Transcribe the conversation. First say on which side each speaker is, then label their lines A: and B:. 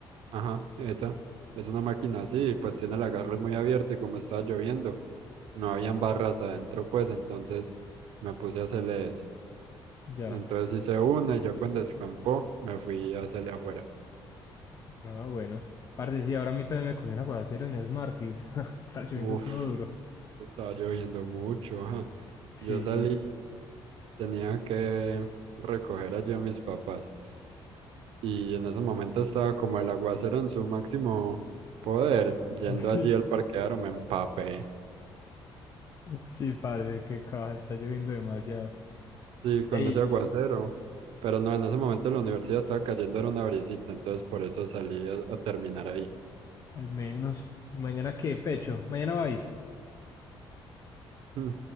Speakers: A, on the right; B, on the left.
A: Ajá, esa. Es una máquina así, pues tiene el agarre muy abierto y como estaba lloviendo, no habían barras adentro, pues entonces me puse a hacerle eso.
B: Ya.
A: Entonces hice una y yo cuando escampó me fui a hacerle afuera.
B: Ah, bueno. Parce, sí, ahora a mí también me cogió un aguacero en Smartfit. <laughs> Está lloviendo
A: Uf,
B: todo duro.
A: estaba lloviendo mucho, ajá.
B: Sí,
A: Yo salí,
B: sí.
A: tenía que recoger allí a mis papás y en ese momento estaba como el aguacero en su máximo poder. Yendo
B: <laughs>
A: allí al parqueadero me empapé.
B: Sí, parce, qué caja, está lloviendo demasiado.
A: Sí,
B: Ey,
A: cuando ese aguacero. Pero no, en ese momento en la universidad estaba cayendo era una brisita, entonces por eso salí a, a terminar ahí. <laughs>
B: al menos. ¿Y mañana qué, pecho? Mañana va a ir.
A: Mm,